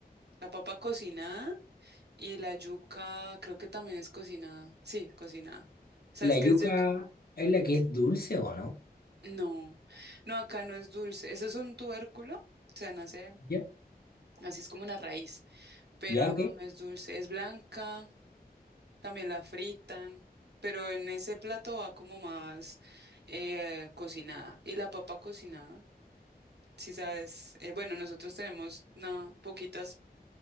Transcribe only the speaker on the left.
La yuca
es la que es dulce o no?
Ya,
ya,
ok.